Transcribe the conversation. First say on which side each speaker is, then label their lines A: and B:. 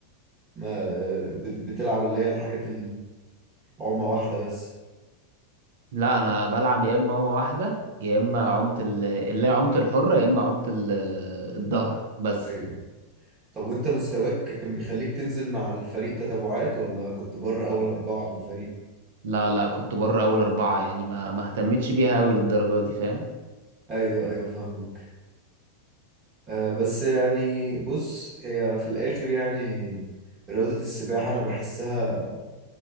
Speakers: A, on the right; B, on the right.
A: ما بت- بتلعب اللي هي الحاجات العومة واحدة بس
B: لا أنا بلعب يا إما عومة واحدة يا إما عومة ال... اللي هي عومة الحرة يا إما عومة ال... الظهر بس
A: أيوه. طب وانت مستواك كان بيخليك تنزل مع الفريق تتبعات ولا كنت بره اول اربعة في الفريق
B: لا لا كنت بره أول أربعة يعني ما ما اهتمتش بيها أوي للدرجة دي فاهم
A: ايوه ايوه فاهمك آه بس يعني بص هي في الاخر يعني رياضة السباحة انا بحسها